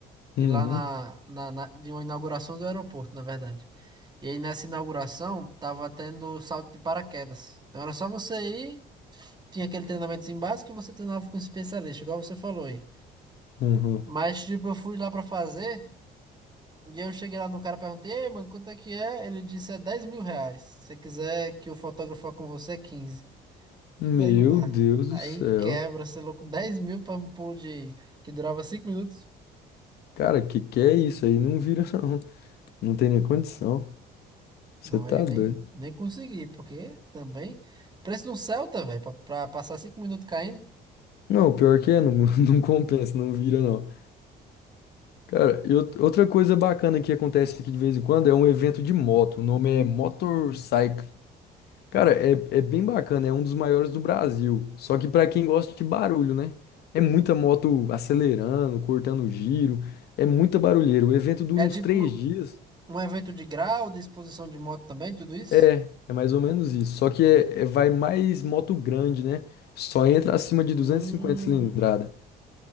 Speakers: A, on the right; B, on the left.
A: E
B: Uhum,
A: lá na, na, na- de uma inauguração do aeroporto, na verdade. E aí nessa inauguração tava tendo salto de paraquedas. Então era só você ir, tinha aquele treinamento básico e você treinava com um especialista, igual você falou aí.
B: uhum.
A: Mas, tipo, eu fui lá pra fazer. E eu cheguei lá no cara, perguntei, Ei, mano, quanto é que é? Ele disse, é dez mil reais. Se você quiser que o fotógrafo vá com você, é 15.
B: Meu
A: Mas Aí não dá.
B: Deus
A: Aí
B: do céu.
A: quebra, você é louco, dez mil para um pulo de que durava 5 minutos.
B: Cara, que que é isso aí? Não vira, <laughs> não. Não tem nem condição. Você
A: Não,
B: tá
A: aí nem,
B: doido.
A: nem consegui, porque também. Preço de um Celta, velho, pra, pra passar 5 minutos caindo.
B: Não, pior que é, não, <laughs> não compensa, não vira, não. Cara, e out- outra coisa bacana que acontece aqui de vez em quando é um evento de moto. O nome é Motorcycle. Cara, é, é bem bacana, é um dos maiores do Brasil. Só que pra quem gosta de barulho, né? É muita moto acelerando, cortando giro, é muita barulheira. O evento dura
A: É
B: uns
A: tipo
B: três
A: um,
B: dias.
A: um evento de grau, de exposição de moto também, tudo isso.
B: É, é mais ou menos isso. Só que é, é- vai mais moto grande, né? Só entra acima de
A: Hum,
B: 250 cilindrada.